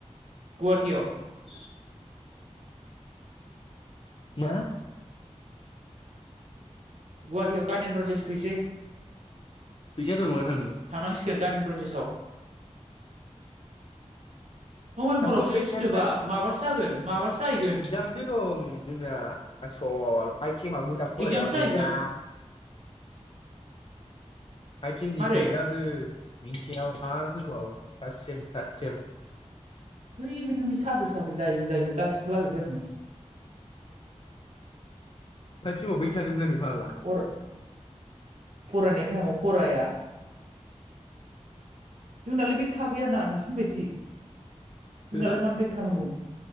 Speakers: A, on the right (about 75°); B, on the left (about 50°).
A: गुवाहाटियाव।
B: सुस। मा?
A: गुवाहाटियाव गानेनद्र जेस फैसै
B: फैसा दं नामा थांनो
A: थांनांसिगोन गानेनद्र जेसाव। नभेम्बरावसो
B: हामख'फेसानथा
A: सिथोबा माबासो जागोन माबासो जाहैगोन
B: एगजामसो दं जोंना आसल। फाइभ सेमाव मोजां फरायाबा
A: एगजामसो जाहैगोन
B: गैला। फाइभ सेम नि
A: मारै
B: फरिखा हो। बिनिसायाव आरो होबाव पाससेम थातसेम।
A: है बे नोंनि साब्रैसो <unintelligible> जायिबो जायिबोखौ दा खिथालाबायलै आंनो।
B: फाइभ सेमाव बेग थादोंमोन फाग्ला आरो?
A: फर फरायनाय थाइमाव फराया। जोंनालाय बेग थाखायाना नोंसिनि बायदि। जोंनालाय
B: हो
A: मानो बेक थानांगौ?